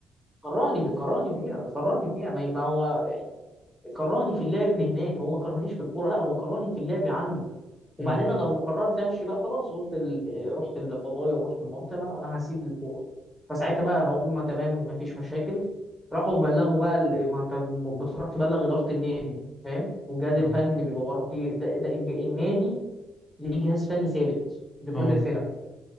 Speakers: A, in the centre; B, on the left.
A: كرهني كرهني فيها كرهني فيها ما ما هو كرهني في اللعب هناك هو ما كرهنيش في الكوره لا هو كرهني في اللعب عنده وبعدين
B: امم
A: انا لما قررت امشي بقى خلاص قلت ال... رحت لبابايا ورحت لمامتي انا انا هسيب الكوره فساعتها بقى هم تمام مفيش مشاكل راحوا بلغوا بقى ال- ما انت بتروح تبلغ اداره النادي فاهم والجهاز
B: اه
A: الفني اللي بيبقى بره فيه ده, ده الج- النادي ليه جهاز فني ثابت لكل
B: اه
A: الفرق